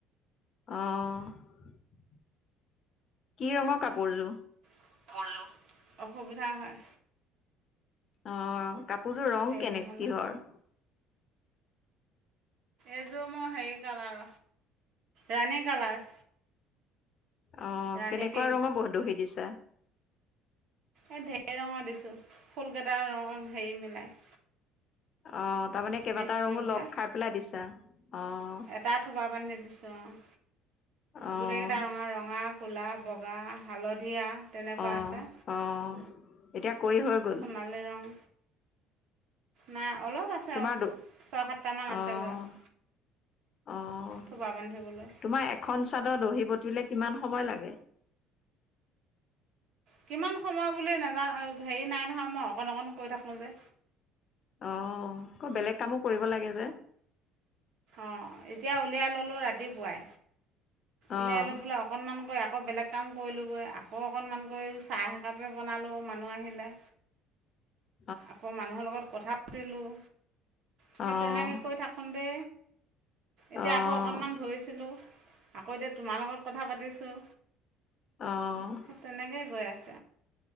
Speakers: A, on the left; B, on the right.
A: অঁ। কি ৰঙৰ কাপোৰযো।
B: <unintelligible> অসুবিধা হয়।
A: অ' কাপোৰযোৰ ৰং
B: হেৰি
A: কেনে
B: নহ'লে
A: কিহৰ।
B: এইযোৰ মোৰ হেৰি কালাৰ ৰাণী কালাৰ।
A: অ'
B: ৰাণী
A: কেনেকুৱা
B: পিংক
A: ৰঙৰ বহ দহি দিছা।
B: এই ঢেৰ ৰঙৰ দিছোঁ ফুলকেইটা ৰঙৰ হেৰি মিলাই।
A: অ' তাৰমানে কেইবাটাও
B: মিক্স কৰি
A: ৰঙো
B: পেলাই
A: লগ খাই পেলাই দিছা। অ',
B: এটা থোপা বান্ধি দিছো অ'।
A: অ',
B: গোটেই কেইটা ৰঙ ৰঙা কলা ব বগা হালধীয়া তেনেকুৱা
A: অ',
B: আছে।
A: অ'। এতিয়া কৰি হৈ গ'ল,
B: সোনালী ৰং না অলপ আছে
A: তোমাৰ
B: আৰু
A: দ
B: ছয় সাতটামান
A: অ',
B: আছেগৈ আৰু।
A: অ'।
B: থোপা বান্ধিবলৈ।
A: তোমাৰ এখন চাদৰ দহি বটিলে কিমান সময় লাগে।
B: কিমান সময় বুলি নাজা হেৰি নাই নহয়, মই অকণ-অকণ কৈ থাকো যে।
A: অ' আকৌ বেলেগ কামো কৰিব লাগে যে।
B: অ' এতিয়া উলিয়াই ল'লোঁ ৰাতিপুৱাই,
A: অ',
B: উলিয়াই লৈ বোলো অকণমান কৰি আকৌ বেলেগ কাম কৰিলোঁগৈ আকৌ অকণমান কৰি চাহ এক একাপে বনালোঁ মানুহ আহিলে।
A: <inaudible>
B: আকৌ মানুহৰ লগত কথা পাতিলোঁ। সেই
A: অ',
B: তেনেকে কৰি থাকোঁতে।
A: অ',
B: এতিয়া আকৌ অকনমান ধৰিছিলো। আকৌ এতিয়া তোমাৰ লগত কথা পাতিছোঁ,
A: অ', অ'।
B: তেনেকেই গৈ আছো।